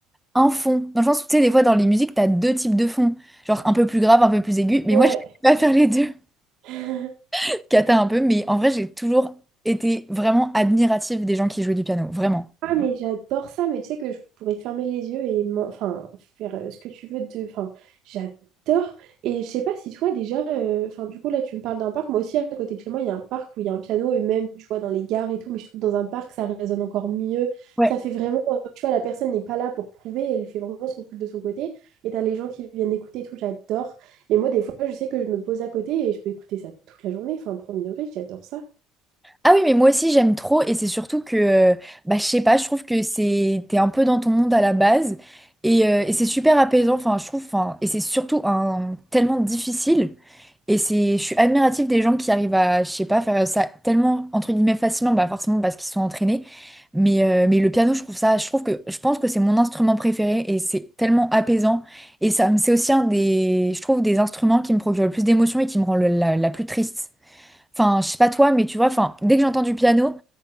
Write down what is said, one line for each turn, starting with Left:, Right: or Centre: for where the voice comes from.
Centre: un fond. Dans le sens où, tu sais, des fois, dans les musiques, t'as deux types de fonds. Genre un peu plus grave, un peu plus aigu. Mais
Right: Ouais.
Centre: moi, je <laughs> pouvais pas faire les deux.
Right: <laughs>
Centre: <laughs> Cata un peu. Mais en vrai, j'ai toujours été vraiment admirative des gens qui jouaient du piano. Vraiment.
Right: Ah, mais j'adore ça, mais tu sais que je pourrais fermer les yeux et m'en- enfin, faire euh, ce que tu veux de... Enfin, j'adore. Et je sais pas si toi déjà, euh, enfin, du coup, là, tu me parles d'un parc. Moi aussi, à côté de chez moi, il y a un parc où il y a un piano et même, tu vois, dans les gares et tout, mais je trouve que dans un parc, ça résonne encore mieux.
Centre: Ouais.
Right: Ça fait vraiment, euh, tu vois, la personne n'est pas là pour prouver, elle fait vraiment son truc de son côté. Et t'as les gens qui viennent écouter et tout, j'adore. Et moi, des fois, je sais que je me pose à côté et je peux écouter ça toute la journée. Enfin, premier degré, j'adore ça.
Centre: Ah oui, mais moi aussi j'aime trop et c'est surtout que, euh, bah, je sais pas, je trouve que c'est, t'es un peu dans ton monde à la base et, euh, et c'est super apaisant, enfin je trouve, enfin, et c'est surtout un, tellement difficile et c'est, je suis admirative des gens qui arrivent à, je sais pas, faire ça tellement, entre guillemets, facilement, bah forcément parce qu'ils sont entraînés, mais, euh, mais le piano je trouve ça, je trouve que, je pense que c'est mon instrument préféré et c'est tellement apaisant et ça, me- c'est aussi un des, je trouve, des instruments qui me procure le plus d'émotions et qui me rend le- la la plus triste. Enfin, je sais pas toi, mais tu vois, enfin, dès que j'entends du piano,